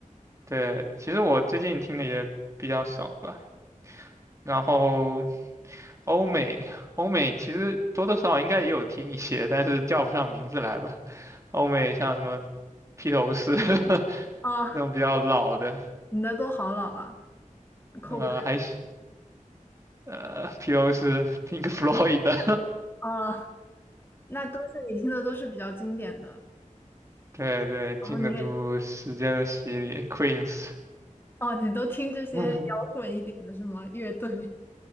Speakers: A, on the right; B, on the left.
A: 对，其实我最近听的也比较少吧。然后欧美欧美其实多多少少应该也有听一些，但是叫不上名字来吧。欧美像什么披头士 <laughs>
B: 啊，
A: 那种比较老的，
B: 你的都好老啊，Coldplay
A: 呃，还是呃披头士 Pink Floyd 的，
B: 啊，那都是你听的都是比较经典的，
A: <laughs> 对对，经得住时间的洗礼，Queens，
B: 然后你也。哦，你都听这些摇滚一点的是吗？
A: <laughs>
B: 乐队？